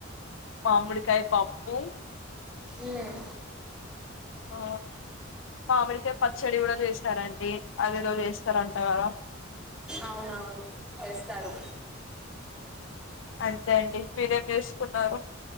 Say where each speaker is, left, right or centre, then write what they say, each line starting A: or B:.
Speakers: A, on the left (about 70°); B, in the centre.
A: మామిడికాయ పప్పు
B: ఉమ్
A: ఆ మామిడికాయ పచ్చడి కూడా చేసారండి అదేదో చేస్తారంట కదా
B: అవునవును చేస్తారు
A: అంతే అండి మీరేం చేసుకున్నారు